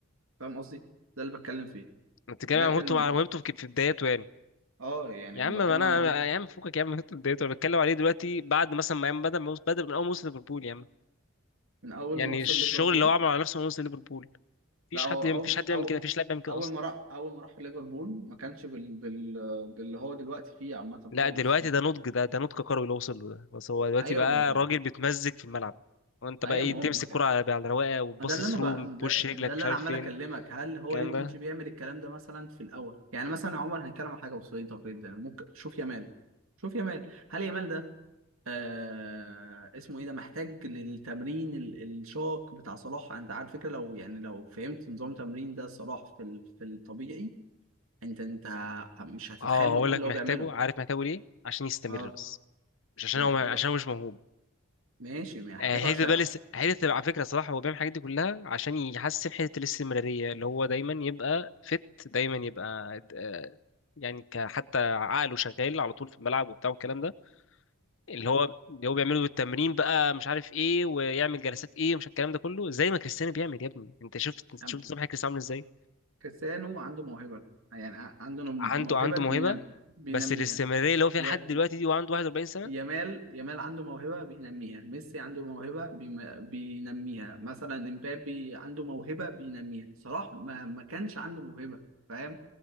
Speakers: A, on the right; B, on the left.
A: فاهم قصدي ده اللي بتكلم فيه
B: انت بتتكلم
A: لكن
B: عن مهمته على مهمته في في بدايته يعني
A: اه يعني
B: يا
A: أنا
B: عم ما
A: بتكلم
B: انا
A: عن موهبته
B: يا عم فوقك يا عم انت اتضايقت انا بتكلم عليه دلوقتي بعد مثلا ما ياما بدأ ما يوصل- بدأ من اول ما وصل ليفربول يا عم
A: من أول
B: يعني
A: ما وصل
B: الشغل
A: ليفربول
B: اللي هو عمله على نفسه من وصل ليفربول مفيش
A: لا هو
B: حد مفيش
A: أول
B: حد يعمل
A: أو
B: كده مفيش لاعب بيعمل كده
A: أول
B: اصلا
A: ما راح أول ما راح ليفربول ما كانش بال... بال... باللي هو دلوقتي فيه عامة
B: لا
A: خالص
B: دلوقتي ده نضج ده ده نضج كروي اللي وصل له ده بس هو دلوقتي
A: أيوه
B: بقى
A: ما
B: راجل
A: هو
B: بيتمزج في الملعب وانت
A: ايوه
B: بقى ايه
A: ما
B: تمسك
A: هم
B: كرة على على رواقه وتباصي
A: ما ده اللي
B: ثرو
A: انا بقى
B: بوش
A: ده, ده
B: رجلك
A: اللي
B: مش عارف
A: انا عمال
B: فين
A: اكلمك هل هو
B: الكلام
A: ليه ما
B: ده
A: كانش بيعمل الكلام ده مثلا في الاول يعني مثلا يا عمر هنتكلم عن حاجه بسيطه جدا ممكن شوف يامال شوف يامال هل يامال ده آه اسمه ايه ده محتاج للتمرين ال- الشاق بتاع صلاح انت عارف فكره لو يعني لو فهمت نظام تمرين ده صلاح في ال... في الطبيعي انت انت ه- مش هتتخيل
B: اه
A: المجهود
B: هقول لك
A: اللي
B: محتاجه
A: هو بيعمله
B: عارف محتاجه ليه عشان يستمر
A: اه
B: بس مش عشان
A: دي محتاجه
B: هو عشان هو مش موهوب
A: ماشي محتاجه
B: آه، هيدي
A: عشان
B: بقى لسه هيدي على فكره صراحه هو بيعمل الحاجات دي كلها عشان يحسن حته الاستمراريه اللي هو دايما يبقى فت دايما يبقى آه، يعني ك- حتى عقله شغال على طول في الملعب وبتاع والكلام ده اللي هو اللي هو بيعمله بالتمرين بقى مش عارف ايه ويعمل جلسات ايه ومش الكلام ده كله زي ما كريستيانو بيعمل يا ابني انت شفت
A: مم.
B: شفت صباح كريستيانو عامل ازاي
A: كريستيانو عنده موهبة يعني ع- عنده نم-
B: عنده
A: موهبة
B: عنده
A: بينم...
B: موهبه
A: بينميها
B: بس الاستمراريه اللي هو فيها
A: ي...
B: لحد دلوقتي
A: ي-
B: دي وعنده 41 سنه
A: يامال يامال عنده موهبة بينميها ميسي عنده موهبة بيم... بينميها مثلا امبابي عنده موهبة بينميها صلاح ما... ما كانش عنده موهبة فاهم ما